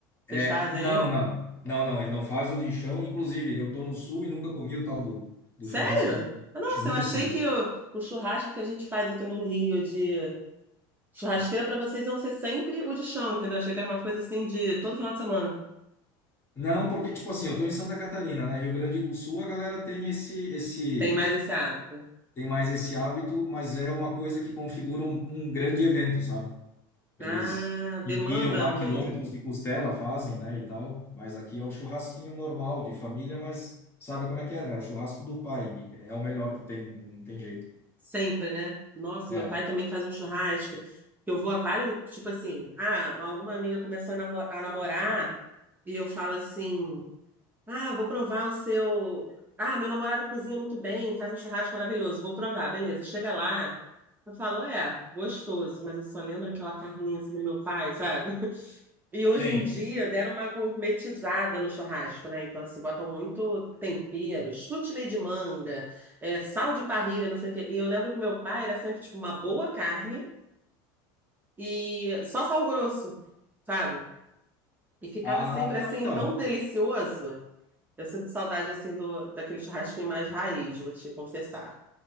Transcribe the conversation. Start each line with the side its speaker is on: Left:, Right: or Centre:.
Left: É,
Right: vocês fazem
Left: não,
Right: aí?
Left: não. Não, não, ele não faz o lixão. Inclusive, eu tô no sul e nunca comi o tal do, do
Right: Sério?
Left: churrasco de
Right: Nossa,
Left: lixo, nunca
Right: eu achei
Left: comi.
Right: que o, o churrasco que a gente faz aqui no Rio de churrasqueira para vocês iam ser sempre o de chão, entendeu? Achei que era uma coisa assim de todo final de semana.
Left: Não, porque, tipo assim, eu tô em Santa Catarina, né? Rio Grande do Sul, a galera tem esse, esse,
Right: Tem mais esse hábito.
Left: tem mais esse hábito, mas é uma coisa que configura um, um grande evento, sabe? Eles
Right: Ah,
Left: empilham
Right: demanda
Left: lá
Right: muito.
Left: quilômetros de costela, fazem, né, e tal. Mas aqui é o churrasquinho normal de família, mas sabe como é que é, né? O churrasco do pai. É o melhor que tem, não tem jeito.
Right: Sempre, né? Nossa,
Left: É.
Right: meu pai também faz um churrasco. Eu vou a vários, tipo assim, ah, alguma amiga começou a namo- a namorar e eu falo assim: "Ah, vou provar o seu, ah, meu namorado cozinha muito bem, faz um churrasco maravilhoso. Vou provar, beleza. Chega lá, Eu falo, é, gostoso, mas eu só lembro aquela carninha assim do meu pai, sabe? <laughs> E hoje
Left: Sim.
Right: em dia deram uma gourmetizada no churrasco, né? Então, assim, botam muito tempero, chutney de manga, é, sal de parrilha, não sei o quê. E eu lembro que meu pai era sempre, tipo, uma boa carne e só sal grosso, sabe? E ficava
Left: Ah,
Right: sempre,
Left: não,
Right: assim,
Left: então,
Right: tão delicioso. Eu sinto saudade, assim, do, daquele churrasquinho mais raiz, vou te confessar.